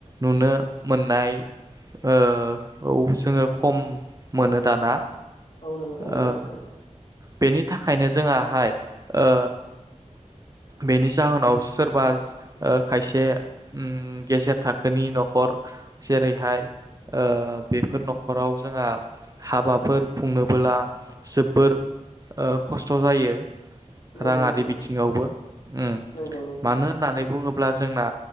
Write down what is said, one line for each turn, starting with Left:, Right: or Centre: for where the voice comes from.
Right: नुनो मोननाय ओ जोङो खम मोनो दाना
Left: औ नंगौ
Right: ओ
Left: नोंथां
Right: औ नि थाखायनो जोंहाय ओ बेनि जाहोनाव सोरबा ओ खायसे ओम गेजेर थाखोनि न'खर जेरैहाय बेफोर न'खराव जोंहा हाबाफोर खुंनोबोब्ला जोबोर ओ खस्थ' जायो
Left: नंगौ
Right: राङारि
Left: नोंथां
Right: बिथिङाव उम
Left: नंगौ नोंथां
Right: मानो होननानै बुङोब्ला जोंना